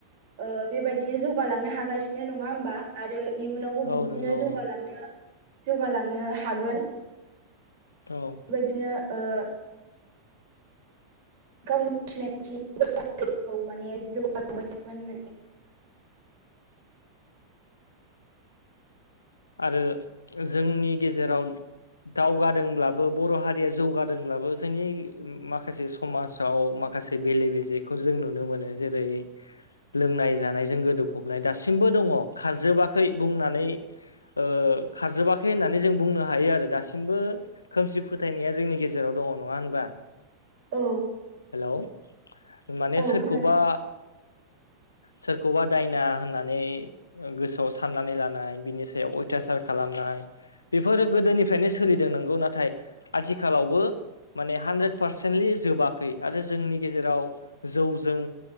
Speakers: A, on the right; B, on the left.
A: ओ बेबायदिनो जौगालांनो हागासिनो नङा होमबा। आरो इयुनावबो बिबदिनो
B: औ नंगौ
A: जौगालांनो
B: औ
A: जौगालांनो हागोन
B: औ
A: बेबायदिनो ओ गावनि सिनायथि माने जौगानो लांबाय थागोन होननानै
B: आरो जोंनि गेजेराव दावगादोंब्लाबो बर' हारिया जौगादोंब्लाबो जोंनि माखासे समाजाव माखासे बेले बेजेखौ जों नुनो मोनो जेरै लोंनाय जानायजों गोदोफबनाय दासिमबो दङ खारजोबाखै बुंनानै ओ खारजोबाखै होननानै जों बुंनो हायो आरो दासिमबो खोमसि फोथायनाया जोंनि गेजेराव दङ नङा होनबा
A: औ
B: हेलौ माने
A: औ
B: सोरखौबा
A: खोनादों
B: सोरखौबा दायना होननानै गोसोआव साननानै लानाय बिनि सायाव अथासार खालामनाय बेफोरो गोदोनिफ्रायनो सोलिदों नंगौ नाथाय आथिखालावबो माने हानद्रेद पार्सेन्टलि जोबाखै आरो जोंनि गेजेराव जौजों